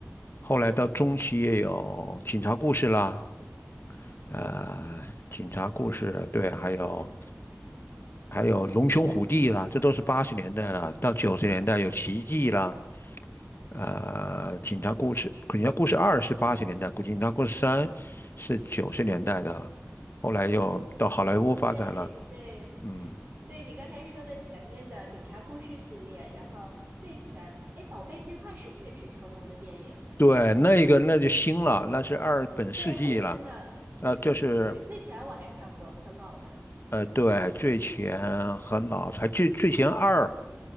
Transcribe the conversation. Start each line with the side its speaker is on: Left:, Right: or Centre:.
Left: 后来到中期也有《警察故事》啦，呃，《警察故事》对，还有还有《龙兄虎弟》啦，这都是八十年代了。到九十年代有《奇迹》啦，呃，《警察故事》《警察故事二》是八十年代，《警察故事三》是九十年代的。后来又到好莱坞发展了。
Right: 对对
Left: 嗯
Right: 对，你刚才说的前面的《警察故事》系列，然后《醉拳》，哎，《宝贝计划》是不是也是成龙的电影？
Left: 对，那个那就新了，那是二本世纪了，
Right: 对，很新的，
Left: 呃，
Right: 对对，
Left: 就是
Right: 《醉拳》我还看过，很老的。
Left: 呃，对，最前很老，才最最前二